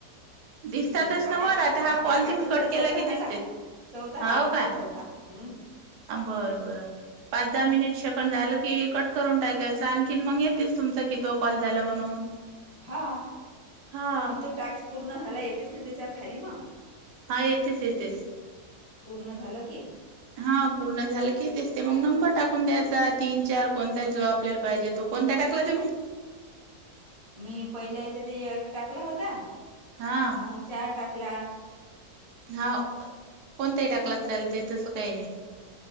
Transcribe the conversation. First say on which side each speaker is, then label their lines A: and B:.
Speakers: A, on the right (about 90°); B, on the right (about 25°).
A: दिसतातच
B: एक दोन
A: ना
B: आता
A: वर
B: हा हा
A: कॉल
B: हा
A: तुम्ही
B: तुमचा
A: कट केला
B: चौथा
A: की
B: हाला.
A: दिसते
B: चौथा
A: हाव
B: हा. तुमचा
A: काय
B: चौथा हम्म...
A: बरं बरं. पाच -दहा मिनिट सेकंद झालं की, कट करून टाकायचं. आणखीन मग येतेच तुमचा कितवा कॉल झाला म्हणून
B: हा
A: हा
B: आणि तो टास्क पूर्ण झाला येतेच ना त्याच्यावर खाली मग.
A: हा येथेच येेथेच
B: पूर्ण झालं की.
A: हा पुर्ण झालं की तेचते मग नंबर टाकून द्यायचा तीन चार कोणता तो आपल्याला पाहिजे तो. कोणता टाकलाय तुम्ही
B: मी पहिल्या याच्यात टाकला होता.
A: हा..
B: मग चार टाकला.
A: हा कोणताही टाकलात चालतय तस काही नाही.